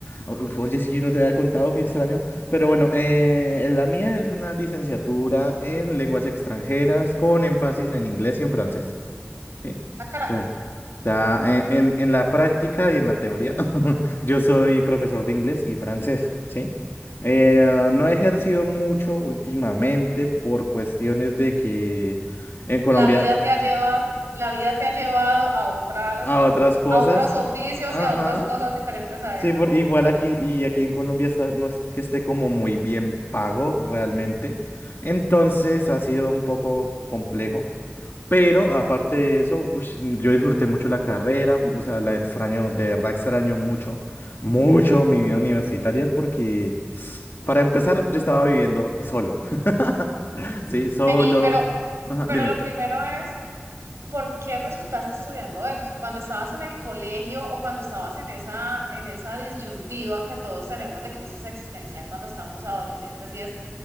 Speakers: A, on the left (about 55°); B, on the right (about 85°).
A: o- oye, si yo no te había contado, qué extraño, pero bueno, eh, la mía es una licenciatura en lenguas extranjeras con énfasis en inglés y en francés. Sí.
B: Ah, caramba.
A: Ya, ya, eh, en, en la práctica y en la teoría, <laughs> yo soy profesor de inglés y francés, ¿sí? Eh, no he ejercido mucho últimamente por cuestiones de que en Colombia
B: La vida te ha llevado, la vida te ha llevado a otras,
A: a otras cosas,
B: a otros oficios
A: ajá,
B: y a otras cosas diferentes a
A: sí,
B: esa.
A: por, igual
B: Ah,
A: aquí y aquí en Colombia está- no es que esté como muy bien pago realmente, entonces ha sido un poco complejo. Pero aparte de eso, ush, yo disfruté mucho la carrera, o sea, la extraño, de verdad extraño mucho, mucho mi vida universitaria porque, para empezar, yo estaba viviendo solo. <laughs> Sí, solo.
B: Vení, pero,
A: Ajá,
B: pero
A: dime.
B: lo primero es ¿por qué resultaste estudiando eso? O sea, cuando estabas en el colegio o cuando estabas en esa, en esa disyuntiva que todos tenemos de crisis existencial cuando estamos adolescentes y es,